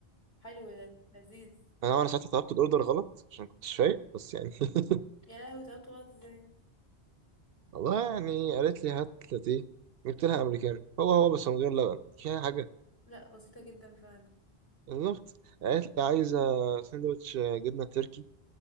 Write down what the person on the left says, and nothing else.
حلو ده لذيذ
يا لهوي طلبت غلط ازاي
لا بسيطة جدا فعلا
آه.